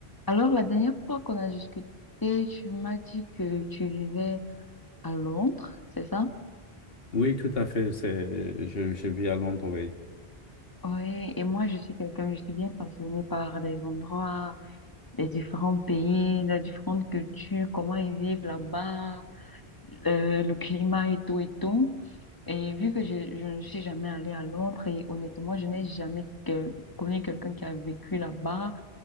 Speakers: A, on the left (about 20°); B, on the left (about 65°).
A: Alors, la dernière fois qu'on a discuté, tu m'as dit que tu vivais à Londres, c'est ça?
B: Oui, tout à fait. C'est, je, je vis à Londres, oui.
A: Oui, et moi, je suis quelqu'un, je suis bien passionnée par les endroits, les différents pays, les différentes cultures, comment ils vivent là-bas, le, le climat et tout et tout. Et vu que je, je ne suis jamais allée à Londres, et honnêtement, je n'ai jamais que- connu quelqu'un qui a vécu là-bas,